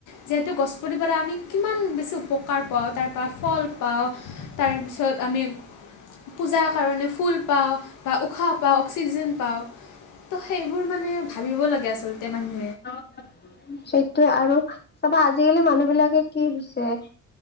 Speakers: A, on the left; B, on the left.
A: যিহেতু গছপুলি পাই আমি কিমান বেছি উপকাৰ পাওঁ তাৰপৰা ফল পাওঁ তাৰপিছত আমি পূজাৰ কাৰণে ফুল পাওঁ বা উশাহ পাওঁ অক্সিজেন পাওঁ ত সেই বোৰ মানে ভাবিব লাগে আচলতে মানহ
B: অ সেইটোয়ে আৰু চাবা আজিকালি মানুহ বিলাকে কি হৈছে এ